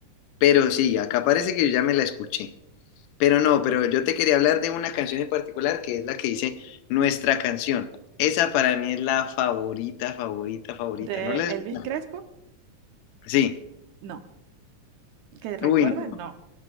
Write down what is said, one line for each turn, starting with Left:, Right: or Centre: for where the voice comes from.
Left: pero sí, acá parece que yo ya me la escuché. Pero no, pero yo te quería hablar de una canción en particular que es la que dice Nuestra canción. Esa para mí es la favorita, favorita, favorita.
Right: ¿De
Left: ¿No la has
Right: Elvis
Left: escuchado?
Right: Crespo?
Left: Sí.
Right: No, que recuerda,
Left: Uy, no.
Right: no.